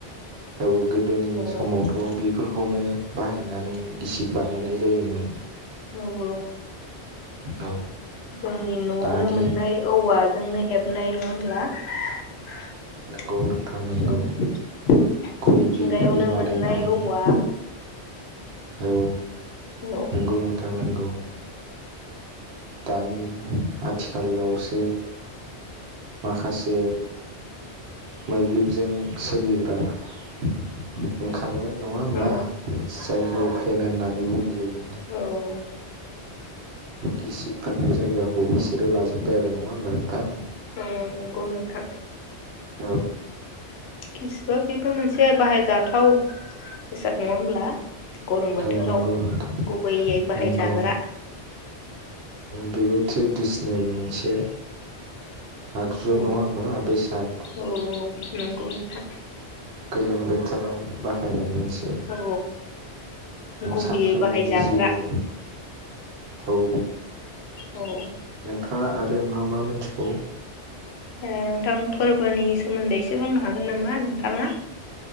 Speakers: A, on the right (about 70°); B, on the left (about 70°).
A: दउ <unintelligible> गोदोनि
B: ओ
A: समावथ' बेफोरखौ खौनो बाहायनानै गिसिब बानायनाय जायोमोन
B: औ औ
A: औ
B: जोंनि न'आवनो
A: दानि
B: मोननाय औवाजोंनो हेब हनाय नङा होमब्ला <unintelligible>
A: नोंगौ नोंथां नोंगौ
B: औ
A: गय
B: मिथिंगायावनो
A: बिहुरनि बानायनाय
B: मोननाय औवा
A: औ
B: औ
A: नोंगौ नोंथां नोंगौ। दानि आद आथिखालावसो माखासे मोब्लिबजों सोलिग्रा ओंखा बेफोरहाय नङा होमबा
B: औ
A: जायखौ फेन होन नानै बुंनाय जायो
B: औ
A: गिसिबफोरनि जायगाखौ बिसोरो लाजोब्बाय आरो नङा होमबा नोंथां
B: उम नंगौ नोंथां
A: औ
B: गिसिबा बेबो मोनसे बाहायजाथाव बेसाद नङा होमब्ला गरम बोथो
A: औ नंगौ
B: राव
A: नोंथां
B: गुबैयै बाहाय
A: नंगौ
B: जाग्रा
A: बेबो ट्रेडिसनेल मोनसे आगजु
B: औ
A: नङा होमबा बेसाद
B: औ नंगौ नोंथां
A: गोलोम उम बोथोराव बाहायनाय मोनसे
B: औ गुबैयै
A: सानफ्रोमबोनि
B: बाहायजाग्रा
A: जिउआव औ।
B: औ
A: था आरो मा मा मिथिगौ?
B: ओ नोंथां फोरबोनि सोमोन्दै एसे बुंनो हागोन नामा आं थाङा?